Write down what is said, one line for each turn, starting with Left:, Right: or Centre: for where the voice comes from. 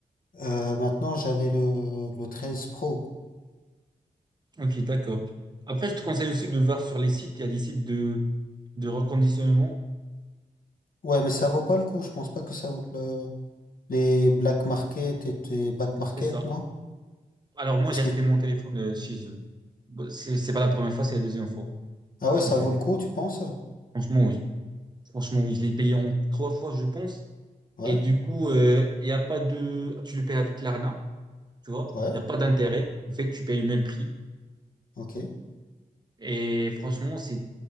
Left: Euh, maintenant, j'avais le, le 13 Pro.
Right: Ok, d'accord. Après, je te conseille aussi de voir sur les sites. Il y a des sites de, de reconditionnement.
Left: Ouais, mais ça vaut pas le coup. Je pense pas que ça vaut le, les Black Market et les Back Market,
Right: C'est ça.
Left: non?
Right: Alors, moi,
Left: Est-ce
Right: j'ai
Left: que,
Right: acheté mon téléphone euh, chez eux. Bon, C'est, c'est pas la première fois, c'est la deuxième fois,
Left: ah ouais, ça
Right: en fait.
Left: vaut le coup, tu penses?
Right: Franchement, oui. Franchement, oui. Je l'ai payé en trois fois, je pense.
Left: Ouais,
Right: Et du coup, euh, il y a pas de, tu le payes avec l'Arna, tu vois.
Left: ouais,
Right: Il n'y a pas d'intérêt. En fait, tu payes le même prix.
Left: ok,
Right: Et franchement, c'est